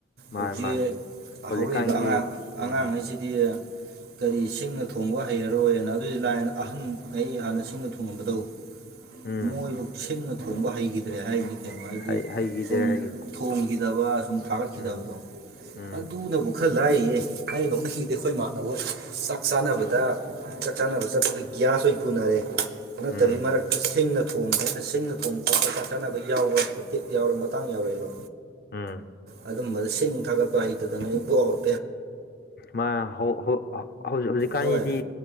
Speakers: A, on the left; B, on the right.
A: ꯃꯥꯅꯦ
B: ꯍꯧꯖꯤꯛ
A: ꯃꯥꯅꯦ ꯍꯧꯖꯤꯛꯀꯥꯟꯒꯤ
B: ꯍꯧꯔꯛꯏꯕ ꯑꯉꯥꯡ
A: ꯎꯝ
B: ꯑꯉꯥꯡꯉꯩꯁꯤꯗꯤ ꯀꯔꯤ ꯁꯤꯡꯅ ꯊꯣꯡꯕ ꯍꯩꯔꯔꯣꯏꯅ ꯑꯗꯨꯗꯤ ꯂꯥꯏ ꯑꯍꯟꯈꯩ ꯍꯥꯟꯅ ꯁꯤꯡꯅ ꯊꯣꯡꯉꯝꯕꯗꯧ
A: ꯎꯝ
B: ꯃꯣꯏꯕꯨ ꯁꯤꯡꯅ ꯊꯣꯡꯕ ꯍꯩꯈꯤꯗ꯭ꯔꯦ ꯍꯥꯏꯔꯤꯅꯤ ꯀꯩꯅꯩꯅꯣ ꯍꯥꯏꯗꯤ
A: ꯍꯩꯈꯤꯗ꯭ꯔꯦ
B: ꯁꯨꯝ
A: ꯍꯩꯈꯤꯗ꯭ꯔꯦ
B: ꯊꯣꯡꯈꯤꯗꯕ ꯁꯨꯝ ꯊꯥꯒꯠꯈꯤꯗꯕꯗꯣ
A: ꯎꯝ ꯎꯝ
B: ꯑꯗꯨꯅꯕꯨ ꯈꯔ ꯂꯥꯏꯌꯦ ꯑ ꯅꯣꯛꯅꯤꯡꯉꯗꯗꯤ ꯑꯩꯈꯣꯏ ꯏ ꯃꯥꯅꯕ ꯍ ꯆꯥꯛ ꯆꯥꯅꯕꯗ ꯆꯥꯛ ꯆꯥꯅꯕ ꯆꯠꯄꯗ ꯒ꯭ꯌꯥꯁ ꯑꯣꯏꯅ ꯄꯨꯅꯔꯦ ꯅꯠꯇꯕꯤ
A: ꯎꯝ
B: ꯃꯔꯛꯇ ꯁꯤꯡꯅ ꯊꯣꯡ ꯍꯦꯅ ꯁꯤꯡꯅ ꯊꯣꯡꯕ ꯈꯣꯠꯄ ꯀꯊꯠꯅꯕ ꯌꯥꯎꯕ ꯃꯇꯦꯛ ꯌꯥꯎꯔꯦ ꯃꯇꯥꯡ ꯌꯥꯎꯔꯑꯦꯕ
A: ꯎꯝ
B: ꯑꯗꯨꯝꯕꯗ ꯁꯤꯡ ꯊꯥꯒꯠꯄ ꯍꯩꯇꯗꯅ ꯕꯣꯠ
A: ꯃꯥ ꯍꯧꯖꯤꯛ ꯍꯧꯖꯤꯛꯀꯥꯟꯁꯤꯗꯤ
B: ꯍꯣꯏ